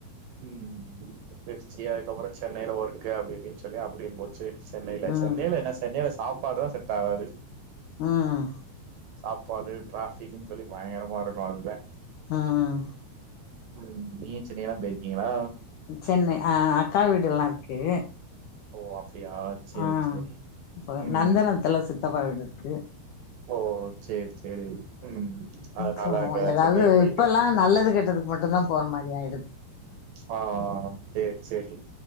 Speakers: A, on the right (about 70°); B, on the left (about 85°).
A: ம் திருச்சி அதுக்கப்றோ சென்னையில ஒர்க்கு அப்டி இப்டினு சொல்லி அப்டியும் போச் சி சென்னையில
B: ம்
A: சென்னையில என்ன சென்னையில சாப்பாடுதா செட் ஆகாது
B: ம்
A: சாப்பாடு டிராஃபிக்ன்னு சொல்லி பயங்கரமா இருக்கு அதுதே
B: ம்
A: ம் நீங்க சென்னையிலா போயிருக்கீங்ளா
B: சென்னை ஆ அக்கா வீடுல்லா இருக்கு
A: ஓ அப்டியா சேரி
B: ஆ
A: சேரி.
B: இப்ப
A: ம்.
B: நந்தனத்துல சித்தப்பா வீடு இருக்கு
A: ஓ சேரி சேரி ம் அதனால
B: போவோ
A: அங்க
B: ஏதாவது
A: சென்னையும் போய்க்கிற
B: இப்பெல்லா நல்லது கெட்டதுக்கு மட்டு தா போற மாரி ஆயிடுது
A: ஆ சேரி சேரி